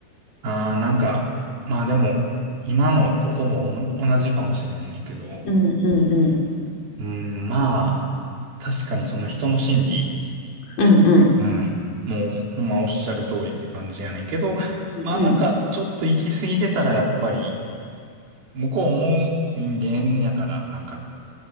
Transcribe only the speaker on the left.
うんうんうん。
うんうん
うんうん。